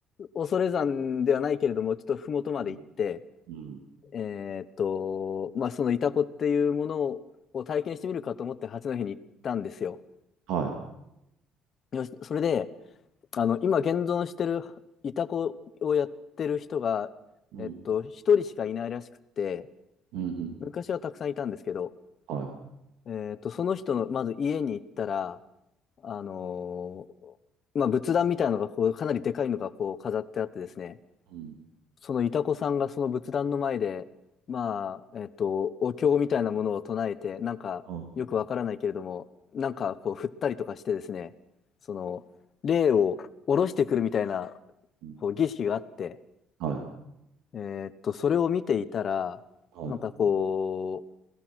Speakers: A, on the left; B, on the right.
A: 恐山ではないけれども、ちょっと麓まで行って、
B: うん。うん
A: えーっと、まあ、そのイタコっていうものを体験してみるかと思って八戸に行ったんですよ。
B: はい
A: よし、それで、あの、今現存してるイタコをやってる人が、
B: うん。
A: えっと、一人しかいないらしくって、
B: うん。うん
A: 昔はたくさんいたんですけど、
B: はい。
A: えっと、その人の、まず家に行ったら、あのーまあ、仏壇みたいなのがこう、かなりでかいのがこう飾ってあってですね、
B: うん。
A: そのイタコさんがその仏壇の前で、まあ、えっと、お経みたいなものを唱えて、なんか、
B: はい。
A: よくわからないけれども、なんかこう振ったりとかしてですね、その、霊を下ろしてくるみたいな、
B: うん。
A: こう儀式があって、
B: はい。
A: えーっと、それを見ていたら、
B: はい。
A: なんかこう、